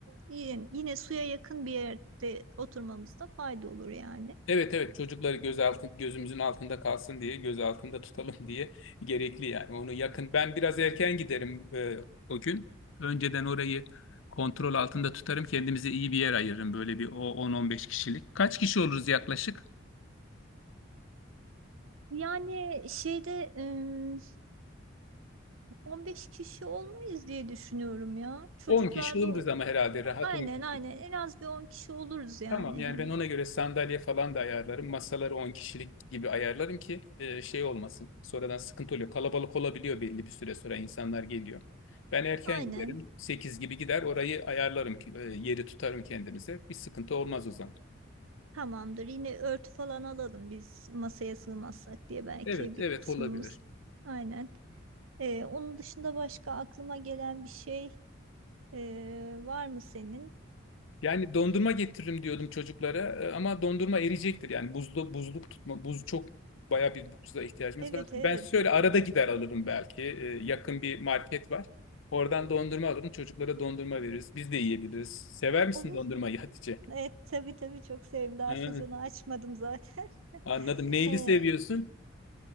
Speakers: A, on the right (about 80°); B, on the left (about 75°).
A: Yine, yine suya yakın bir yerde oturmamızda fayda olur yani.
B: Evet evet çocukları göz altı, gözümüzün altında kalsın diye göz altında tutalım <laughs> diye gerekli yani onu yakın ben biraz erken giderim e, o gün önceden orayı kontrol altında tutarım kendimize iyi bir yer ayırırım böyle bir o 10-15 kişilik kaç kişi oluruz yaklaşık
A: Yani şeyde ım, 15 kişi olmayız diye düşünüyorum ya. Çocuklarla
B: 10 kişi oluruz
A: o-
B: ama herhalde rahat
A: aynen
B: 10 kişi
A: aynen en az bir 10 kişi oluruz yani
B: Tamam yani
A: hani.
B: ben ona göre sandalye falan da ayarlarım. Masaları 10 kişilik gibi ayarlarım ki e, şey olmasın. Sonradan sıkıntı oluyor. Kalabalık olabiliyor belli bir süre sonra insanlar geliyor. Ben erken
A: Aynen
B: giderim. sekiz gibi gider orayı ayarlarım ki e, yeri tutarım kendimize. Bir sıkıntı olmaz o zaman.
A: tamamdır. Yine örtü falan alalım biz masaya sığmazsak diye belki
B: Evet
A: bir
B: evet
A: kısmımız.
B: olabilir.
A: Aynen. Ee, onun dışında başka aklıma gelen bir şey ee, var mı senin?
B: Yani dondurma getiririm diyordum çocuklara e, ama dondurma eriyecektir. Yani buzlu buzluk tutma buz çok bayağı bir buzluğa ihtiyacımız
A: Evet
B: var.
A: evet
B: Ben şöyle arada gider alırım belki. E, Yakın bir market var. Oradan dondurma alırım. Çocuklara dondurma veririz. Biz de yiyebiliriz. Sever misin
A: olur.
B: dondurmayı Hatice?
A: Evet tabii tabii çok sevdim. Daha
B: Ha,
A: sezonu açmadım zaten.
B: anladım. Neyli
A: <laughs>
B: seviyorsun?